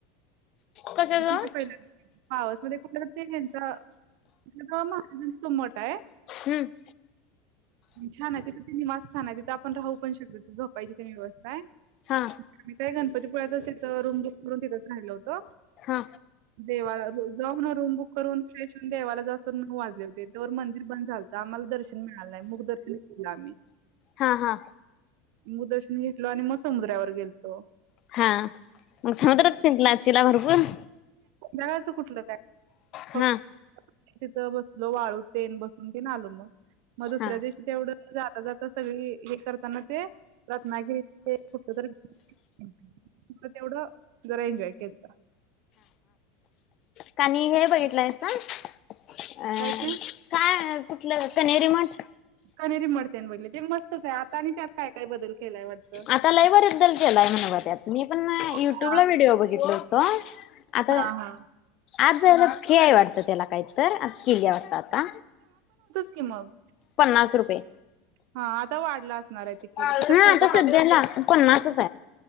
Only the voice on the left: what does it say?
कशाच
हम
हा
हा
हा हा
हा मग समुद्रात फिरला असशीला भरपूर
हम्
हा हा
काणी हे बघितलंयस ना. अ
काय कुठलं कनेरी मठ.
आता लाईव्हर एकदल क लाव्हण ब मी पण युट्यूबला
व्हिडिओ बघितल होतो आता
आज जायला- फी वाटतं त्याला काहीत तर. किल्लेल्या वारतात-
पन्नास रुपये.
हा
आता
सध्याला पन्नासच